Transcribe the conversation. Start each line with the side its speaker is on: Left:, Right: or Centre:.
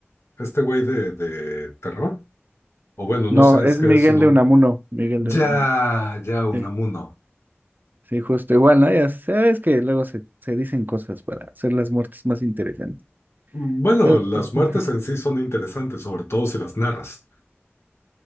Left: este güey de, de terror? O bueno,
Right: No,
Left: no sé,
Right: es
Left: es que
Right: Miguel
Left: es un... nom-
Right: de Unamuno, Miguel
Left: Ya,
Right: de Unamuno.
Left: ya, Unamuno.
Right: Sí, sí, justo igual, ¿no? Ya sabes que luego se, se dicen cosas para hacer las muertes más interesantes.
Left: Bueno,
Right: Entonces,
Left: las
Right: <laughs>
Left: muertes en sí son interesantes, sobre todo si las narras.